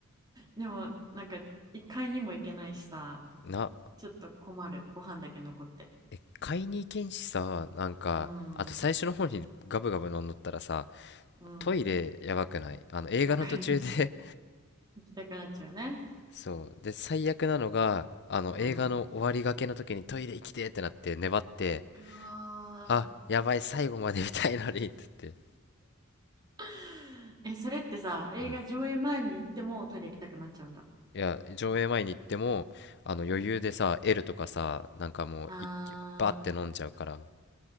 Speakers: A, on the right; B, on the left.
A: でも、なんか、一回にも行けないしさ、
B: な
A: ちょっと困る、ご飯だけ残って。
B: え、買いに行けんしさ、なんか、
A: うーん、
B: あと最初の方にガブガブ飲んどったらさ、
A: うん、
B: トイレやばくないあの映画の途中で
A: わかる。行きたくなっちゃうね。
B: <laughs> そう。で、最悪なのが、あの映画の終わりがけの時にトイレ行きてってなって粘って、
A: うん。うわ
B: あ、やばい、最後まで見たいのにって言って。
A: ー。<laughs> え、それってさ、映画上映前に行ってもトイレ行きたくなっちゃうんだ。
B: うん。いや、上映前に行っても、あの余裕でさ、L とかさ、なんかもう一気、
A: あー。
B: バーって飲んじゃうから。